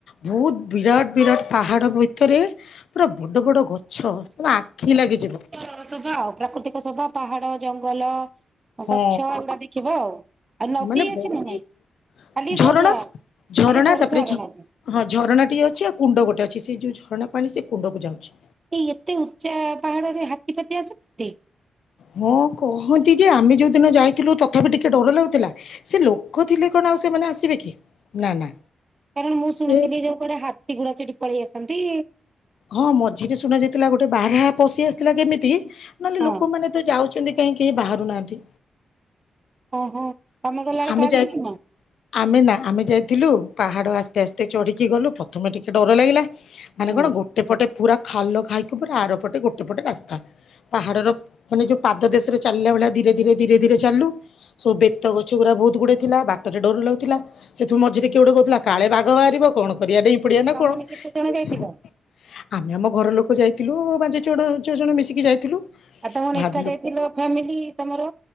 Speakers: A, on the left; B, on the right.
A: ବହୁତ ବିରାଟ ବିରାଟ ପାହାଡ ଭିତରେ ପୁରା ବଡ ବଡ ଗ ଛ ପୁରା ଆଖି ଲାଗିଯିବ।
B: ଶୋଭ ଆଉ ପ୍ରାକୃତିକ ଶୋଭା ପାହାଡ ଜଙ୍ଗଲ।
A: ହଁ
B: ଗଛ ଏଗୁଡା ଦେଖିବ ଆଉ ଆଉ ନଦୀ
A: ମାନେ
B: ଅଛି
A: ବହୁ
B: ନା ନାଇଁ ଖାଲି
A: ଝରଣା
B: ସରୁଆ
A: ଝରଣା
B: ଖାଲି ସରୁ
A: ତାପରେ
B: ଝରଣା ଅଛି।
A: ହଁ ଝରଣା ଟିକେ ଅଛି ଆଉ କୁଣ୍ଡ ଗୋଟେ ଅଛି। ସେ ଯୋଉ ଝରଣା ପାଣି ସେ କୁଣ୍ଡ କୁ ଯାଉଛି।
B: ଏଇ ଏତେ ଉଚ୍ଚା ପାହାଡରେ ହାତୀପାତି ତୀ ଆସନ୍ତି।
A: ହଁ କହନ୍ତି ଯେ ଆମେ ଯୋଉ ଦିନ ଯାଇଥିଲୁ ତଥାପି ଟିକେ ଡର ଲାଗୁଥିଲା ସେ ଲୋକ ଥିଲେ କଣ ଆଉ ସେମାନେ ଆସିବେ କି ନା ନା।
B: କାରଣ ମୁଁ ଶୁଣିଥିଲି
A: ସେ
B: ଯୋଉକୁଆଡ଼େ ହାତୀ ଗୁଡା ସେଠ ପଳେଇ ଆସ ନ୍ତି।
A: ହଁ ମଝିରେ ଶୁଣା ଯାଇଥିଲା ଗୋଟେ ବାହା ପଶି ଆସିଥିଲା କେମିତି। ନହେଲେ
B: ହଁ
A: ଲୋକମାନେେ ତ ଯାଉଚନ୍ତି କାହିଁକି କେହି ବାହାରୁନାହାନ୍ତି।
B: ଓହୋ ତମେ ଗଲାବେଳେ
A: ଆମେ
B: କାହାକୁ
A: ଯାଇ
B: ଦେଖିନ?
A: ଆମେ ନା ଆମେ ଯାଇଥିଲୁ। ପାହାଡ଼ ଆସ୍ତେ ଆସ୍ତେ ଚଢ଼ିକି ଗଲୁ ପ୍ରଥମେ ଟିକେ ଡର ଲାଗିଲା। ମାନେ
B: ହୁଁ
A: କଣ ଗୋଟେ ପଟେ। ପୁରା ଖାଲ ଖାଇକି ପୁରା ଆର ପଟେ ଗୋଟେ ପଟେ ରାସ୍ତା ପାହାଡର ମାନେ ଯୋଉ ପାଦ ଦେଶରେ ଚାଲିଲା ଭଳିଆ ଧୀରେ ଧୀରେ ଧୀରେ ଧୀରେ ଚାଲୁ। ସବୁ ବେତ ଗଛ ଗୁର ବହୁତ ଗୁଡେ ଥିଲା ବାଟରେ ଡରୁ ଲାଗୁଥିଲା ସେଥିରୁ ମଝିରେ କିଏ ଗୋଟେ କହୁଥିଲା କାଳେ ବାଘ ବାହାରିବ କଣ କରିବା ଡେଇ ପଡ଼ିବା ନା
B: ତମମାନେ
A: କଣ
B: କେତେ ଜଣ ଯାଇଥିଲ?
A: ଆମେ ଆମ ଘର ଲୋକ ଯାଇଥିଲୁ ପାଞ୍ଚ ଛଅ ଛଅ ଜଣ ମିଶିକି ଯାଇଥିଲୁ।
B: ଆଉ ତମ <unintelligible>
A: ଭାବିଲୁ
B: ଯାଇଥିଲ ଫ୍ୟାମିଲି ତମର।